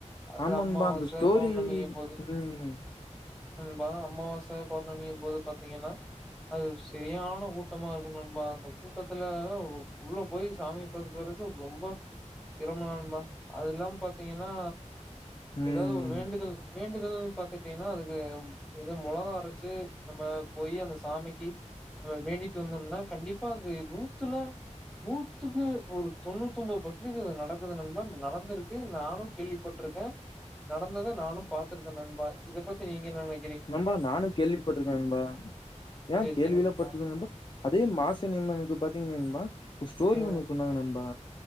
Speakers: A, in the centre; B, on the left.
A: அது
B: ஆமா
A: அம்மாவாச
B: நண்பா அந்த ஸ்டோரி
A: பௌர்ணமிங்கும்
B: ம்
A: ப்பா அமாவாசை பௌர்ணமி போது பாத்திங்கனா அது சரியான கூட்டமா இருக்கு நண்பா அந்த கூட்டத்துல உள்ள போய் சாமிய பாத்துட்டு வர்றக்கு ரொம்ப சிரம நண்பா அதில்லாம பாத்திங்கன்னா
B: ம்
A: எதாவது ஒரு வேண்டுதல் வேண்டுதல் பாத்துட்டீங்ன்னா அதுக்கு எது மொளகா அரச்சு நம்ப போயி அந்த சாமிக்கி நம்ம வேண்டிட்டு வந்தோம்னா கண்டிப்பா அது நூத்துல நூ த்துக்கு ஒரு தொண்ணூத்தொம்போது பர்ச்ன்டேஜ் அது நடக்குது நண்பா நடந்துருக்கு நானு கேள்விப்பட்ருக்கேன் நடந்தத நானும் பாத்துருக்க நண்பா இதை பத்தி நீங்க என்ன நென
B: நண்பா நானு கேள்விப்பட்ருக்க நண்பா ஏன்
A: சேரி
B: கேள்வில
A: சேரி நண்பா
B: பருக்கேநன்பா அதே மாசனியமனுக்கு பாத்தீங் நண்பா ஒரு ஸ்டோரி
A: சேரி
B: ஒண்ணு சொன்னாங்க நண்பா